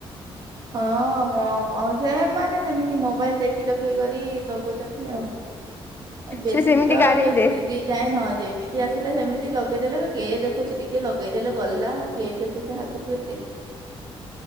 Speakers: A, on the right; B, on the left.
A: ହଁ ମ ମ ସେମାନେ ସେମିତି ମୋବାଇଲ ଦେଖି ଦେଖି କରି ଲଗଉଛନ୍ତି ଆଉ। ବେଶୀ
B: ସେ ସେମିତି
A: ତ
B: ଗାରେଇ
A: ବେଶୀ
B: ଦେ
A: ଦିଦି ଯାଇ ନ ଯେମିତି ଆସିଲା ସେମିତି ଲଗେଇଦେଲେ କିଏ ଦେଖୁଛି ଟିକେ ଲଗେଇଦେଲେ ଗଲା ଆଉ କିଏ ଦେଖୁଛି ହା ଥୁକୁଟି